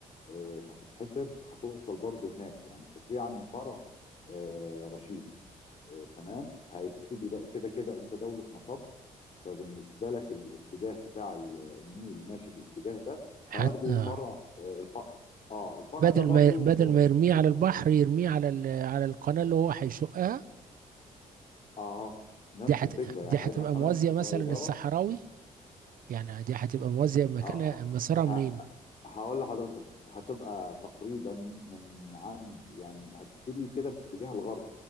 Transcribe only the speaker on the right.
حتى
بدل
ما بدل
ما يرميه
على البحر يرميه على ال- على القناة اللي هو هيشقها
دي هت...
دي هتبقى
موازية
مثلا للصحراوي يعني دي هتبقى موازية مكانها
مسارها
منين؟